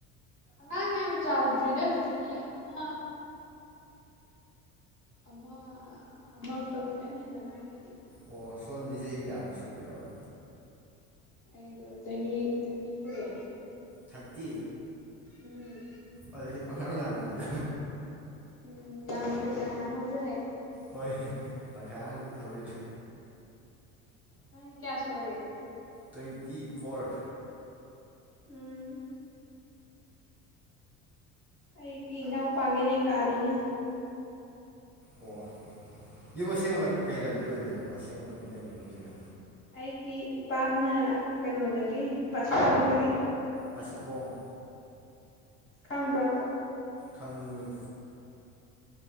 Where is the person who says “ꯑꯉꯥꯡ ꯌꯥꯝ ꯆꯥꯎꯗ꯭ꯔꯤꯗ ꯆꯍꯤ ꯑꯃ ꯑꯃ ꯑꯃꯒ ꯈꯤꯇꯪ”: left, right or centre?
Left